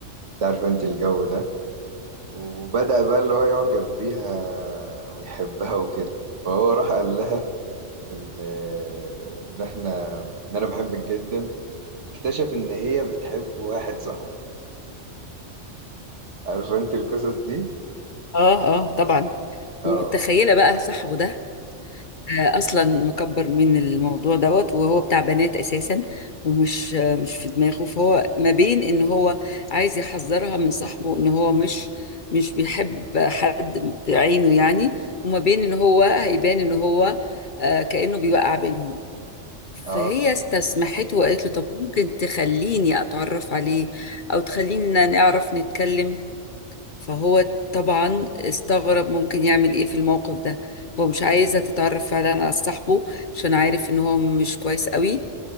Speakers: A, on the right; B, on the left.
A: وتعرف أنت الجو ده وبدأ بقى اللي هو يعجب بيها ويحبها وكده فهو راح قال لها إن آه، إن إحنا إن أنا بحبك جدا اكتشف إن هي بتحب واحد صاحبه عارف أنت القصص دي؟
B: اه اه طبعا
A: آه
B: ومتخيله بقى صاحبه ده آه، اصلا مكبر من الموضوع دوت وهو بتاع بنات اساسا ومش آه، مش في دماغه فهو ما بين ان هو عايز يحذرها من صاحبه ان هو مش مش بيحب حد بعينه يعني وما بين ان هو هيبان ان هو آه، كأنه بيوقع بينهم فهي
A: اه
B: استسمحته وقالت له طب ممكن تخليني اتعرف عليه او تخلينا نعرف نتكلم فهو طبعا استغرب ممكن يعمل ايه في الموقف ده هو مش عايزة تتعرف فعلا على صاحبه عشان عارف ان هو مش كويس قوي